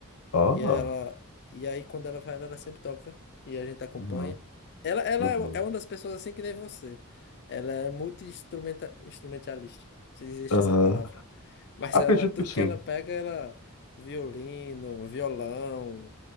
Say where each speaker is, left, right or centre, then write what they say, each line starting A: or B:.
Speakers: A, on the left; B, on the left.
A: Ah,
B: E ela, e aí quando ela vai, ela, ela sempre toca e a gente acompanha.
A: uhum.
B: Ela, ela
A: Uhum.
B: é é uma das pessoas assim que nem você. Ela é multi-instrumentalista, se existe
A: Aham.
B: essa palavra. Mas
A: Acredito
B: ela, tudo
A: que sim.
B: que ela pega, ela violino, violão,